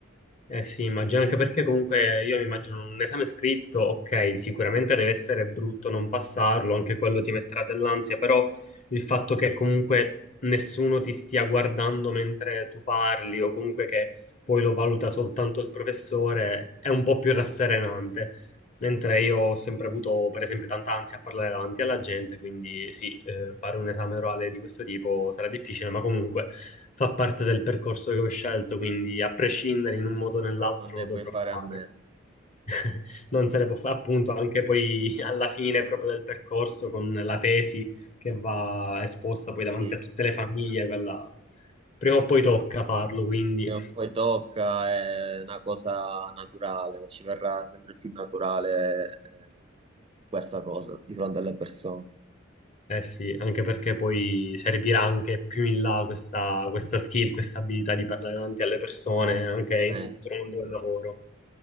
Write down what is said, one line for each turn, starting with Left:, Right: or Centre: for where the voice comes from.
Left: Eh sì, immagino anche perché comunque io mi immagino un esame scritto, ok, sicuramente deve essere brutto non passarlo, anche quello ti metterà dell'ansia, però il fatto che comunque nessuno ti stia guardando mentre tu parli o comunque che poi lo valuta soltanto il professore è un po' più rasserenante. Mentre io ho sempre avuto, per esempio, tanta ansia a parlare davanti alla gente, quindi sì, eh, fare un esame orale di questo tipo sarà difficile, ma comunque fa parte del percorso che ho scelto, quindi a prescindere in un modo o nell'altro
Right: non ne
Left: lo
Right: puoi
Left: dovrò
Right: fare
Left: fare.
Right: a meno.
Left: <laughs> Non se ne può fare, appunto, anche poi alla fine proprio del percorso con la tesi che va esposta poi davanti
Right: Sì,
Left: a tutte le famiglie, quella prima o poi tocca farlo, quindi.
Right: Prima o poi tocca, è una cosa naturale, ci verrà sempre più naturale, eh, questa cosa di fronte alle persone.
Left: Eh sì, anche perché poi servirà anche più in là questa, questa skill, questa abilità di parlare davanti alle persone,
Right: Assolutamente,
Left: anche in tutto il mondo del lavoro.